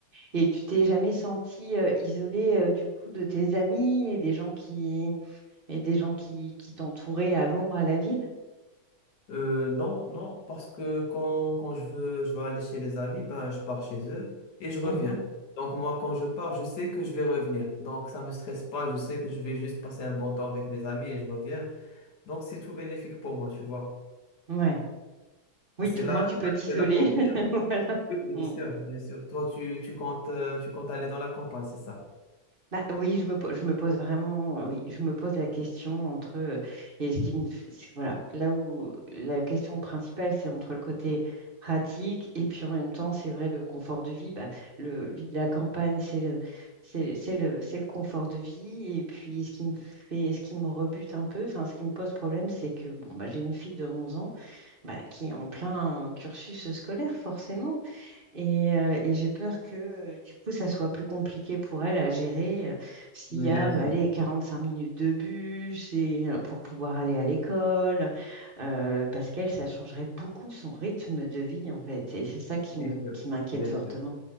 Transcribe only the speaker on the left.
Euh, non, non, parce que quand, quand je veux, je veux aller chez les amis, ben, je pars chez eux et je reviens.
Donc moi, quand je pars, je sais que je vais revenir. Donc ça me stresse pas, je sais que je vais juste passer un bon temps avec mes amis et je reviens. Donc c'est tout bénéfique pour moi, tu vois.
Et c'est
là,
c'est
là
que la frontière.
Oui, bien
sûr, bien sûr. Toi, tu, tu comptes, euh, tu comptes aller dans la campagne, c'est ça?
Oui,
bien
sûr,
bien
sûr,
bien
sûr.